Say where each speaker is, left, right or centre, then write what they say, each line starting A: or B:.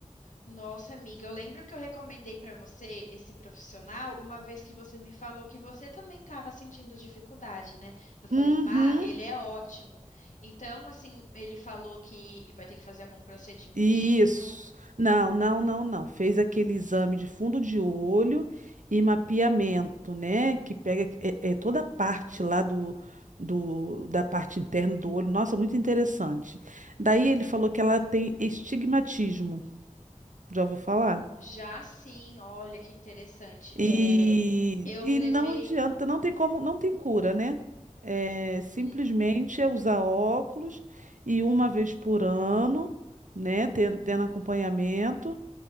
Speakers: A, on the left (about 75°); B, on the right (about 80°).
A: Nossa amiga, eu lembro que eu recomendei para você esse profissional uma vez que você me falou que você também estava sentindo dificuldade, né? Eu falei,
B: Uhum.
A: Má, ele é ótimo. Então, assim, ele falou que vai ter que fazer algum procedimento.
B: Isso. Não, não, não, não. Fez aquele exame de fundo de olho e mapeamento, né? Que pega é, é toda a parte lá do, do, da parte interna do olho. Nossa, muito interessante. Daí ele falou que ela tem estigmatismo. Já ouviu falar?
A: Já sim, olha que interessante.
B: E,
A: É, eu
B: e
A: levei.
B: não adianta, não tem como, não tem cura, né? É, simplesmente
A: Hum,
B: é usar óculos e uma vez por ano, né? ten- Tendo acompanhamento.